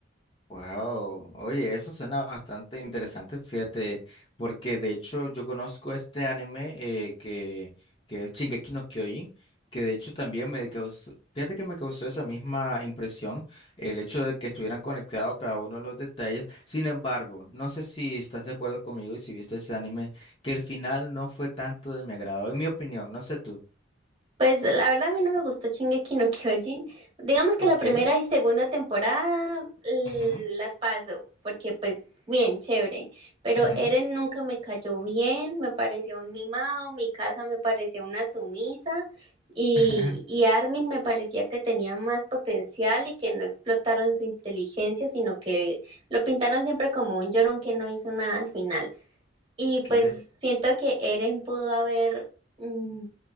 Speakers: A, on the left; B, on the right.
A: Wow, oye, eso suena bastante interesante, fíjate, porque de hecho yo conozco este anime eh, que, que es Shingeki no Kyojin, que de hecho también me causó, fíjate que me causó esa misma impresión, el hecho de que estuvieran conectados cada uno de los detalles. Sin embargo, no sé si estás de acuerdo conmigo y si viste ese anime, que el final no fue tanto de mi agrado, en mi opinión, no sé tú.
B: Pues la verdad a mí no me gustó Shingeki no Kyojin. Digamos que
A: Ok.
B: la primera y segunda temporada l-
A: Ujú,
B: las paso, porque pues bien, chévere. Pero
A: ujú.
B: Eren nunca me cayó bien, me pareció un mimado, mi casa me parecía una sumisa y,
A: <laughs>
B: y Armin me parecía que tenía más potencial y que no explotaron su inteligencia, sino que lo pintaron siempre como un llorón que no hizo nada al final. Y
A: Ok.
B: pues siento que Eren pudo haber mm,